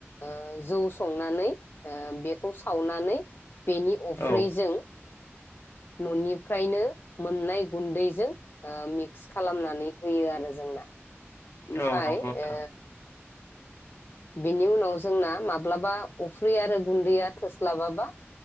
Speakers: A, on the left; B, on the left.
A: ओ जौ संनानै ओ बे बेखौ सावनानै बेनि अफ्रिजों
B: औ
A: ननिफ्रायनो मोननाय गनदैजों ओ मिक्स खालामनानै होयो आरो जोंना ओमफाय
B: औ नंगौ नोंथां
A: ओ बिनि उनाव जोंना माब्लाबा अफ्रि आरो गुन्दैया थोस्लाबाबा